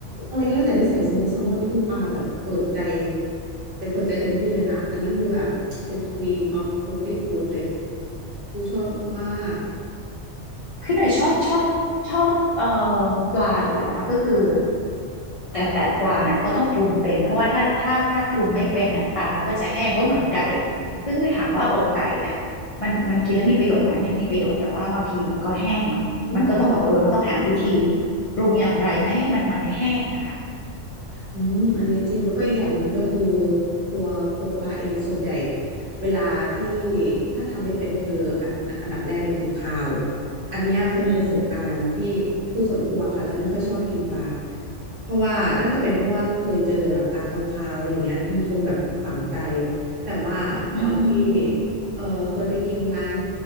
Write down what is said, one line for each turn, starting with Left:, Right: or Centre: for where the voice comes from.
Right: อะไรก็แล้วแต่ที่ใส่สโมกแซลมอนนี่คือปลาแบบเปิดใจแต่เปิดใจเต็มที่เลยนะ อันนี้คือแบบเป็น Queen of Healthy Food เลย คือชอบมาก
Left: คือหน่อยชอบชอบชอบเอ่อปลาอยู่แล้วเนาะก็คือแต่แต่ปลาน่ะก็ต้องปรุงเป็นเพราะว่าถ้าถ้าถ้าปรุงไม่เป็นน่ะปลามันก็จะแห้งก็เหมือนไก่
Right: ๆ
Left: ก็คือถามว่าอกไก่น่ะมันมันกินแล้วมีประโยชน์ไหมไม่มีประโยชน์แต่ว่าบางทีมันก็แห้งเนาะมันก็ต้องแบบเออเราต้องหาวิธี
Right: อืม
Left: ปรุงอย่างไรไม่ให้มันมันแห้งอะค่ะ
Right: อืมอันนี้จริงแล้วก็อีกอย่างหนึ่งด้วยคือตัวตัวปลาเองส่วนใหญ่เวลาที่ถ้าทำไม่เป็นคืออันอันดับแรกเลยคือคาวอันเนี้ยเคยมีประสบการณ์ที่คือส่วนตัวค่ะจะไม่ค่อยชอบกินปลา
Left: อืม
Right: เพราะว่าน่าจะเป็นเพราะว่าเคยเจอแต่แบบปลาคาวๆอะไรอย่างเงี้ยมันคงแบบฝังใจแต่ว่าตอนที่
Left: อื
Right: เออเคยไปกินร้าน